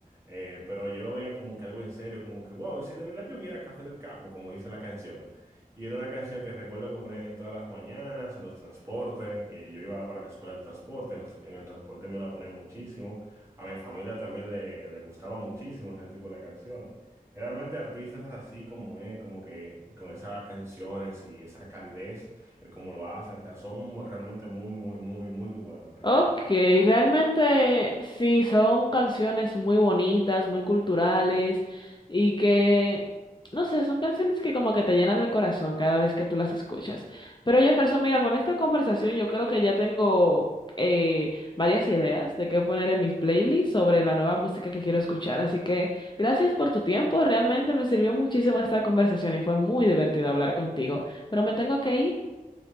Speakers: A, on the right; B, on the left.
A: Eh, pero yo lo veía como que algo en serio, como que, wow, y si de verdad lloviera café del campo, como dice la canción. Y era una canción que recuerdo que ponían en todas las mañanas, en los transportes. Eh, yo iba para la escuela en transporte, en, los- en el transporte me la ponían muchísimo. A mi familia también le, le gustaba muchísimo ese tipo de canciones. Realmente artistas así como él, como que con esas canciones y esa calidez el cómo lo hacen, o sea, son realmente muy, muy, muy, muy buenos, realmente.
B: Ok,
A: O
B: realmente
A: sea,
B: sí, son canciones muy bonitas, muy culturales y que, no sé, son canciones que como que te llenan el corazón cada vez que tú las escuchas. Pero Jefferson, mira, con esta conversación yo creo que ya tengo eh, varias ideas de qué poner en mis playlists sobre la nueva música que quiero escuchar. Así que gracias por tu tiempo, realmente me sirvió muchísimo esta conversación y fue muy divertido hablar contigo. Pero me tengo que ir.